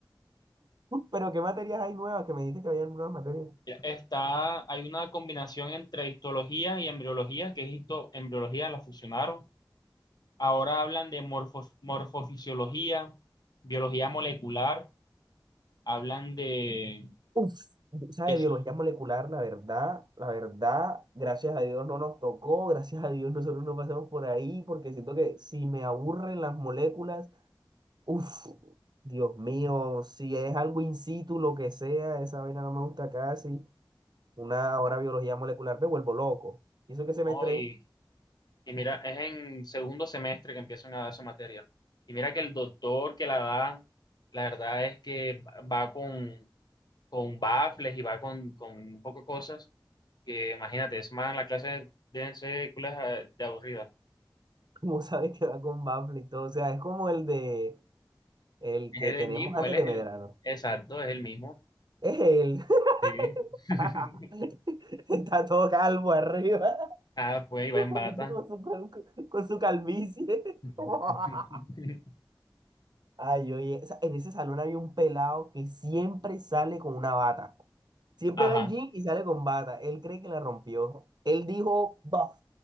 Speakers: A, on the right; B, on the left.
A: Pero ¿qué materias hay nuevas? Que me dijiste que había nuevas materias.
B: Está, hay una combinación entre histología y embriología, que es histo- embriología, la fusionaron. Ahora hablan de morfos- morfofisiología, biología molecular. hablan de,
A: Uf, esa
B: de sí,
A: biología molecular, la verdad, la verdad, gracias a Dios no nos tocó, gracias a Dios nosotros no pasamos por ahí, porque siento que si me aburren las moléculas, uf, Dios mío, si es algo in situ, lo que sea, esa vaina no me gusta casi, una hora biología molecular, me vuelvo loco. Y eso que semestre,
B: ¿no? Y, y mira, es en segundo semestre que empiezan a dar esa materia. Y mira que el doctor que la da, la verdad es que va con, con baffles y va con, con un poco de cosas que imagínate, es más en la clase de ser culas eh, de aburrida.
A: <laughs> como sabes que va con Bafle y todo, o sea, es como el de, el
B: Es
A: que tenemos
B: el mismo,
A: antes
B: él es
A: de Medrano,
B: el, exacto, es el mismo.
A: es él,
B: Sí. <laughs>
A: <laughs> está todo calvo arriba.
B: Ah, pues, y va en
A: Con
B: bata.
A: su, con- con su calvicie.
B: <laughs>
A: <laughs> Ay, oye, o sea, en ese salón había un pelado que siempre sale con una bata. Siempre
B: Ajá.
A: va en jean y sale con bata. Él cree que la rompió. Él dijo, buff,